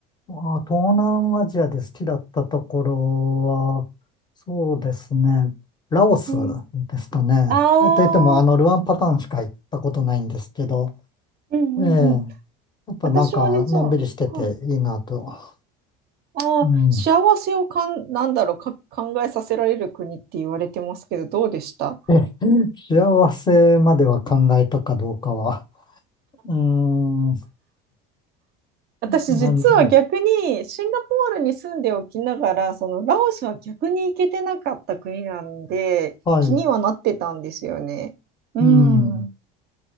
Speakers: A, on the left; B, on the right.
A: まあ、東南アジアで好きだったところは、そうですね、ラオス
B: う
A: ですかね。
B: ん。
A: と言っても、あの、
B: ああ、
A: ルアンパタンしか行ったことないんですけど、
B: うんうんうん。
A: ええやっぱなんか、
B: 私は実は、
A: のんびりしてていいなと。
B: はい。ああ、
A: うん。
B: 幸せをかん、なんだろう、か、考えさせられる国って言われてますけど、どうでした
A: え、幸せまでは考えたかどうかは、うーん、
B: 私実は逆にシンガポールに住んでおきながら、
A: 感じ。
B: そのラオスは逆に行けてなかった国なんで、
A: はい。
B: 気にはなってたんですよね。うん。
A: うん。
B: うん